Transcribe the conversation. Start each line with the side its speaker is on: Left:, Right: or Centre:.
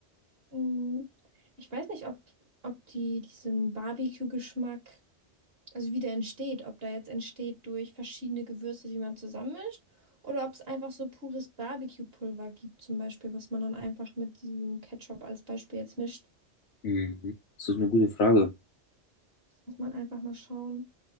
Right: Mm. Ich weiß nicht, ob, ob die diesen Barbecue-Geschmack also wie der entsteht, ob der jetzt entsteht durch verschiedene Gewürze, die man zusammenmischt, oder ob es einfach so pures Barbecue-Pulver gibt, zum Beispiel, was man dann einfach mit diesem Ketchup als Beispiel jetzt mischt.
Left: Mhm. Das ist eine gute Frage.
Right: Muss man einfach mal schauen.